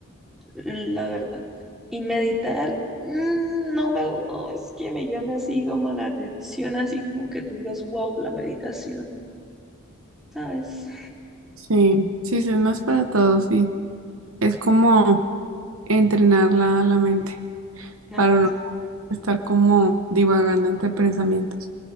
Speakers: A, in the centre; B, on the right (about 70°).
A: la verdad. Y meditar, mm, no me, no es que me llame así como la atención, así como que tú digas, wow, la meditación, ¿sabes?
B: Sí, sí, sí, no es para todos, sí. Es como entrenar la, la mente
A: Ay,
B: para uno. estar como divagando entre pensamientos.